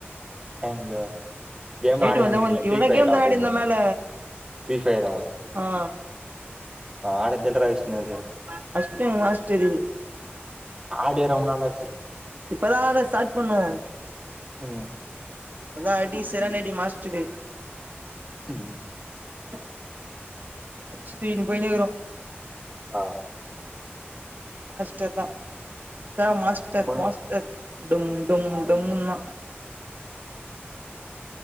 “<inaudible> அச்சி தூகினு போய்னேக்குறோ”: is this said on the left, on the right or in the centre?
Right